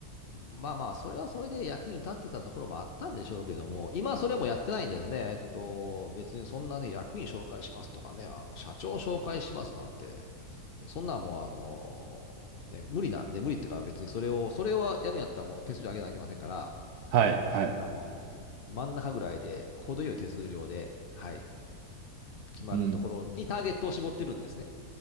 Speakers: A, on the left (about 85°); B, on the right (about 75°).
A: まあまあ、それはそれで役に立ってたところもあったんでしょうけども、今はそれもやってないんですね。えっと、別にそんなね、役員紹介しますとかね、あの、社長紹介しますなんて、そんなんもうあの、ね、無理なんで、無理っていうか別にそれを、それをやるんやったらもう手数料上げなきゃいけませんから、
B: はい、はい。
A: だからもうあの、真ん中ぐらいで、程よい手数料で、はい、決まるところにターゲットを絞ってるんですね。
B: うん